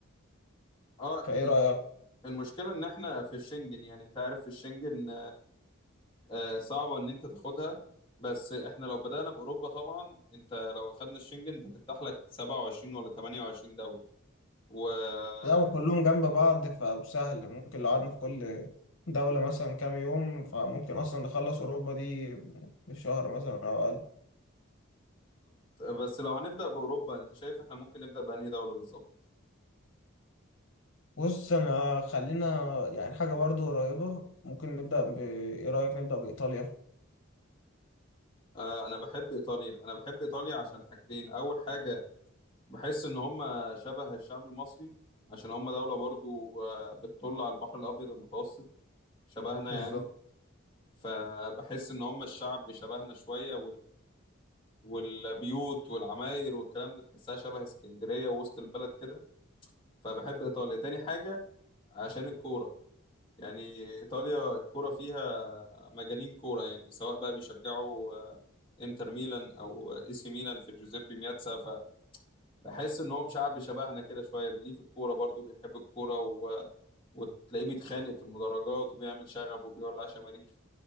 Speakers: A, on the left; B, on the left.
A: اه
B: فايه
A: الم-
B: رأيك
A: المشكله ان احنا في الشنجن يعني انت عارف في الشنجن آه، صعبة إن أنت تاخدها بس إحنا لو بدأنا بأوروبا طبعا أنت لو أخدنا الشنجن أنت تفتح لك 27 ولا 28 دولة وبالظبط
B: لا وكلهم جنب بعض فسهل ممكن لو قعدنا في كل دولة مثلا كام يوم فممكن أصلا نخلص أوروبا دي في شهر مثلا أو أقل
A: بس لو هنبدأ بأوروبا أنت شايف إحنا ممكن نبدأ بأنهي دولة بالظبط؟
B: بص أنا خلينا يعني حاجة برضو قريبة ممكن نبدأ ب إيه رأيك نبدأ بإيطاليا
A: آه، أنا بحب إيطاليا أنا بحب إيطاليا عشان حاجتين أول حاجة بحس إن هم شبه الشعب المصري عشان هم دولة برضو آه، بتطل على البحر الأبيض المتوسط شبهنا
B: بالظبط
A: يعني فبحس إن هم الشعب شبهنا شوية والبيوت والعماير والكلام ده تحسها شبه اسكندرية ووسط البلد كده فبحب إيطاليا تاني حاجة عشان الكورة يعني إيطاليا الكورة فيها مجانين كورة يعني سواء بقى بيشجعوا آه، انتر ميلان او اي سي ميلان في جوزيبي مياتسا فبحس ان هو شعب شبهنا كده شويه بيليه في الكوره برضو بيحب الكوره و... وتلاقيه بيتخانق في المدرجات وبيعمل شغب وبيولع شماريخ